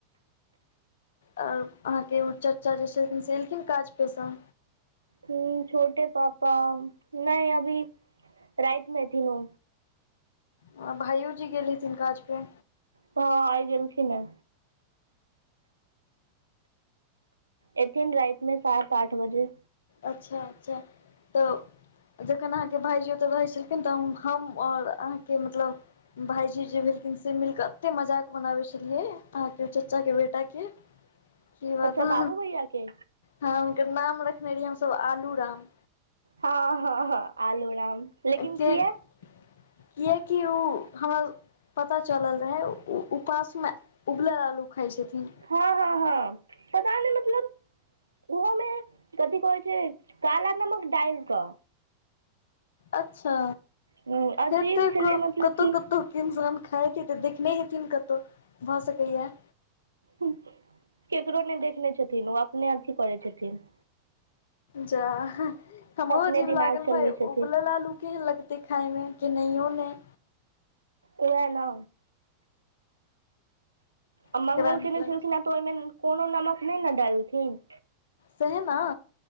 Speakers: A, on the left; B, on the right.
A: ओर अहाँके ओ चाचा जे छलखिन से एलखिन काज पसँ
B: ह छोटे पापा नहि अभी राति मे एथन ओ
A: अ भाइयो जी गेल हीथिन काज पे
B: तऽ आइ गेलखिन है एथिन राति मे सात आठ बजे
A: अच्छा अच्छा तऽ जखन अहाँके भाइजी औते रहै छलखिन तऽ हम हम ओर अहाँके मतलब भाईजी जे भेलखिन से मिलके एते मजाक मनाबे छलियै अहाँके चाचा के बेटा के <inaudible> की बात
B: अच्छा बाबू
A: ह
B: भैया के
A: हँ हुनकर नाम रखने रहियै हमस आलू राम
B: हँ हँ हँ आलू राम लेकिन
A: जे
B: किया
A: किए कि ओ हमर पता चलल रहै उपासमे उबलल आलू खााय छथिन
B: हँ हँ हँ पता नहि मतलब ओहोमे कथि कहै छै काला नमक डालि कऽ
A: अच्छा
B: ह अजीब
A: हेत क
B: छलै मतलब
A: कतहु
B: कि
A: कतहु नसान खाएती ते देखने हेथिन कतौ भए सकैया
B: केकरो नहि देखने छथिन ओ अपने अथी करै छथिन
A: जा हमरो
B: अपने
A: अजीब
B: दिमाग
A: लागल
B: चलबै
A: भाय
B: छथिन
A: उबलल आलु केहन लगते खाइमे कि नहि उ नहि
B: वएह न आ
A: केकरा
B: मंगल
A: नीक
B: केने
A: लगै
B: छलखिन आ तऽ ओहिमे कोनो नमक नहि ने डालथिन
A: सेहे ने